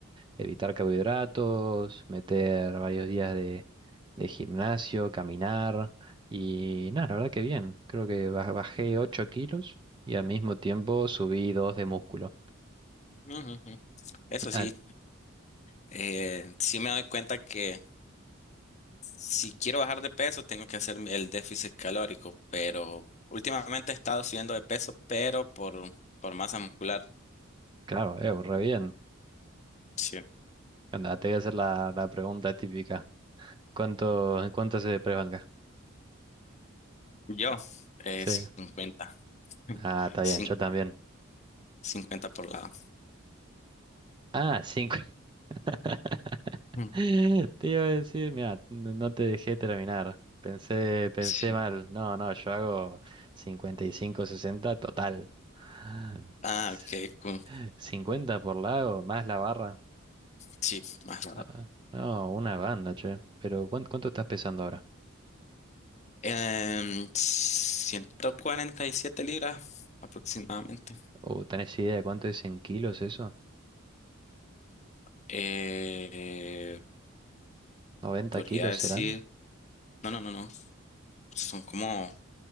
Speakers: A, on the right; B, on the left.
A: evitar carbohidratos, meter varios días de, de gimnasio, caminar y nada, la verdad que bien. Creo que ba- bajé 8 kilos y al mismo tiempo subí 2 de músculo.
B: Ujú, ujú. Eso
A: Ah,
B: sí. Eh, sí me doy cuenta que si quiero bajar de peso tengo que hacer el déficit calórico, pero últimamente he estado subiendo de peso, pero por, por masa muscular.
A: claro, eh, re bien.
B: Sí.
A: Anda, te voy a hacer la, la pregunta típica. ¿Cuánto, cuánto hace de press
B: Yo, eh,
A: Sí.
B: cincuenta <laughs>
A: Ah, está
B: Cin-
A: bien, yo también.
B: 50 por lado.
A: Ah, cinco. <laughs>
B: Mm.
A: Te iba a decir, mira, no no te dejé terminar. Pensé, pensé
B: Sí.
A: mal. No, no, yo hago 55, 60, total. <sighs>
B: Ah,
A: S-
B: ok, cool.
A: 50 por lado, más la barra.
B: Sí, más lado.
A: Ah, No, una banda, che. Pero ¿cuánto, cuánto estás pesando ahora?
B: Em, ciento cuarenta y siete libras aproximadamente.
A: ¿O tenés idea de cuánto es en kilos eso?
B: Eh,
A: Noventa
B: podría
A: kilos
B: decir,
A: serán?
B: no, no, no, no, son como